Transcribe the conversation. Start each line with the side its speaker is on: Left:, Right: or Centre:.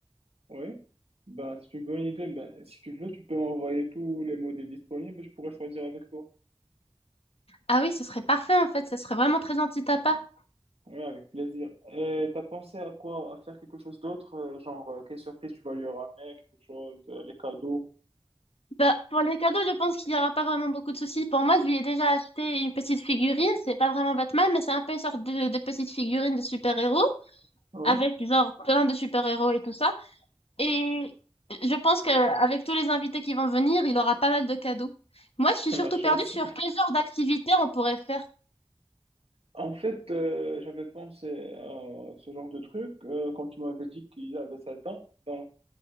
Right: Oui. Ben, c'est une bonne idée. Ben, si tu veux, tu peux m'envoyer tous les modèles disponibles et je pourrais choisir avec toi.
Left: Ah oui, ce serait parfait en fait. Ce serait vraiment très gentil de ta part.
Right: Oui, avec plaisir. Et t'as pensé à quoi? À faire quelque chose d'autre? euh, Genre, euh, quelle surprise tu vas lui ramener? Quelque chose? euh, les cadeaux?
Left: Bah, pour les cadeaux, je pense qu'il n'y aura pas vraiment beaucoup de soucis. Pour moi, je lui ai déjà acheté une petite figurine. C'est pas vraiment Batman, mais c'est un peu une sorte de, de petite figurine de super-héros
Right: Oui,
Left: avec genre plein de super-héros et tout ça. Et je pense qu'avec tous les invités qui vont venir, il aura pas mal de cadeaux. Moi, je suis
Right: <laughs>
Left: surtout
Right: la chance.
Left: perdue sur quel genre d'activité on pourrait faire.
Right: En fait, euh, j'avais pensé à ce genre de truc euh, quand tu m'avais dit qu'il avait 7 ans. Donc,